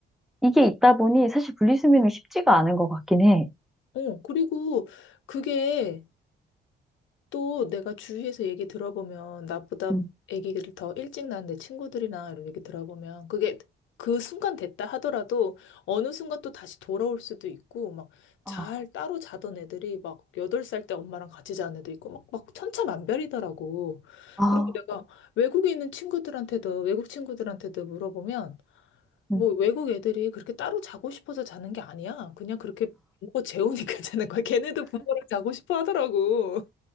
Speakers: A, in the centre; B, on the left.
A: 이게 있다 보니 사실 분리수면은 쉽지가 않은 것 같긴 해.
B: 어, 그리고 그게 또 내가 주위에서 얘기 들어보면 나보다
A: 음.
B: 아기를 더 일찍 낳은 내 친구들이나 이런 얘기 들어보면 그게 그 순간 됐다 하더라도 어느 순간 또 다시 돌아올 수도 있고 막 잘
A: 어,
B: 따로 자던 애들이 막 여덟 살 때 엄마랑 같이 자는 애도 있고 막, 막 천차만별이더라고.
A: 아,
B: 그리고 내가 외국에 있는 친구들한테도 외국 친구들한테도 물어보면
A: 음.
B: 뭐 외국 애들이 그렇게 따로 자고 싶어서 자는 게 아니야. 그냥 그렇게 부모가 재우니까 <laughs> 자는 거야. 걔네도 부모랑 자고 싶어 하더라고.